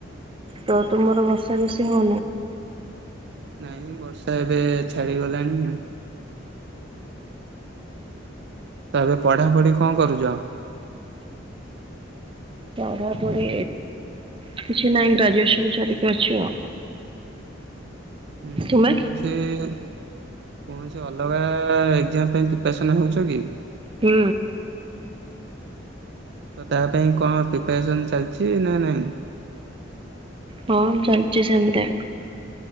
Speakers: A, on the right; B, on the right.
A: ତ ତୁମର ବର୍ଷା ବେଶୀ ହୋ?
B: ନାଇଁ ବର୍ଷା ଏବେ ଛାଡିଗଲାଣି। ତାପରେ ପଢ଼ାପଢ଼ି କଣ କରୁଚ?
A: ପଢ଼ା ପଢ଼ି କିଛି ନାହି ଗ୍ରାଜୁଏସନ ସାରିକି ଅଛି ଆଉ।
B: ହୁଁ
A: ତୁମେ?
B: କୌଣସି ସେ କୌଣସି ଅଲଗା ଏକ୍ଜାମ ପାଇଁ ପ୍ରିପାରେସନ୍ ପାଇଁ ହେଉଛ କି?
A: ହୁଁ।
B: ତ ତା ପାଇଁ କଣ ପ୍ରିପାରେସନ୍ ଚାଲିଛି ନା ନାହିଁ?
A: ହଁ ଚାଲିଛି ସେମିତି।